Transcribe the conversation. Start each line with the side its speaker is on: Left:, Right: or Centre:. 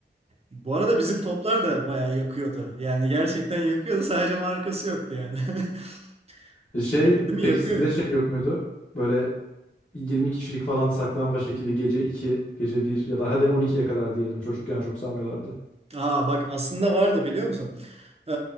Right: Bu arada bizim toplar da bayağı yakıyordu. Yani gerçekten yakıyordu. Sadece markası yoktu yani. <laughs>
Left: E Şey
Right: Değil mi?
Left: peki
Right: Yakıyor
Left: sizde
Right: yani.
Left: şey yok muydu? Böyle 20 kişilik falan saklambaç ekibi gece 2 gece bir ya da hadi 12'ye kadar diyelim çocukken çok salmıyorlardı.
Right: Aa bak aslında vardı biliyor musun? Ee,